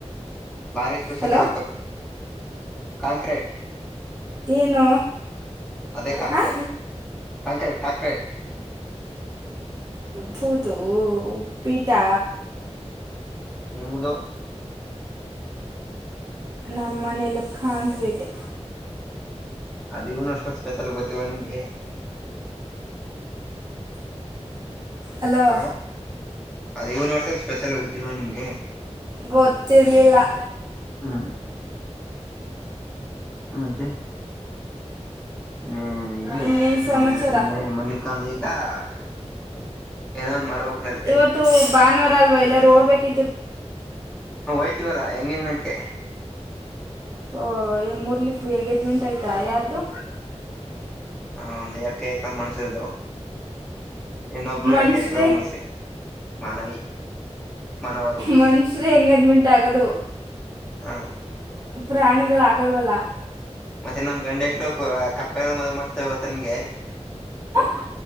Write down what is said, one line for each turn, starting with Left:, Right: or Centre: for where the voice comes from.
Centre: ಬಾರಿ ಸ್ಪಷಲ್
Right: ಹಲೋ
Centre: ಇವತ್ತು. ಕಾಂಕ್ರೇಟ.
Right: ಏನು.
Centre: ಅದೇ ಕಾಂಕ್ರೇಟ್
Right: ಹಾಂ
Centre: ಕಾಂಕ್ರೇಟ್ ಕಾಕ್ರೇಟ್.
Right: ತು ತು ಉಪಿಟ್ಟಾ.
Centre: ನಿಮ್ಮದು.
Right: ನಮ್ಮನೇಲೂ ಕಾಂಕ್ರೀಟೆ.
Centre: ಅದು ಯುನಿವರ್ಸಲ್ ಸ್ಪೆಷಲ್ ಗೊತ್ತಿವ ನಿಮ್ಗೆ.
Right: ಹಲೋ
Centre: ಹಾ ಅದೇ ಯೂನಿವರ್ಸಲ್ ಸ್ಪೆಷಲ್ ಗೊತ್ತಿಲ್ವಾ ನಿಮ್ಗೆ.
Right: ಗೊತ್ತಿಲೀಲ್ಲಾ.
Centre: ಹ್ಮ್ ಮುಂಚೆ. <unintelligible>
Right: ಇನ್ನೇನು ಸಮಾಚಾರ
Centre: ಏನೋ ಒಂದ್ ಮಾಡ್ಬೇಕು ನಲ್ಲಿ
Right: ಇವತ್ತು ಭಾನುವಾರ ಅಲ್ವಾ ಎಲ್ಲಾರೂ ಹೋಗ್ಬೇಕಿ
Centre: ಹೋಯ್ತುವಲ್ಲಾ ಎಂಗೇಜ್ಮೆಂಟ್ಗೆ.
Right: ಓ ಮುರಲಿ ಎಂಗೇಜ್ಮೆಂಟ್ ಆಯ್ತಾ ಯಾರ್ದು.
Centre: ಹ ಒಂದು ಎಡ್ಕಾಯಕ ಮಣಸರದು. ಇನ್ನೊಬರೂ
Right: ಮನುಷ್ಯರೇ
Centre: ಯಾರಕೆ ಇರಕ ಮಣಸು ಮಾನವಿ. ಮಾನವರು
Right: ಮನುಷ್ಯರ ಎಂಗೇಜ್ಮೆಂಟ್ ಆಗೋದು.
Centre: ಹಾ.
Right: ಪ್ರಾಣಿಗಳು ಆಗಲ್ವಲ್ಲಾ.
Centre: ಮತ್ತೆ ನಮ ಗಂಡಕ್ಳ ಕಪ್ಪೆಲ್ಲ ಮದ್ವೆ ಮಾಡ್ಸ್ತಾವ ಗೊತ್ತಾ ನಿಮ್ಗೆ.
Right: <inaudible>